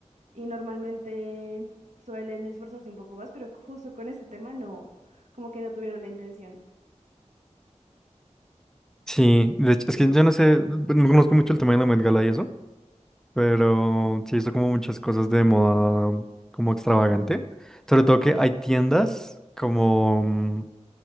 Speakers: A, on the right; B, in the centre.
A: y normalmente suelen esforzarse un poco más, pero justo con este tema no, como que no tuvieron la intención.
B: Sí, de hecho, es que yo no sé, no conozco mucho el tema de la Met Gala y eso, pero sí hizo como muchas cosas de moda mm, como extravagante. Sobre todo que hay tiendas como mm,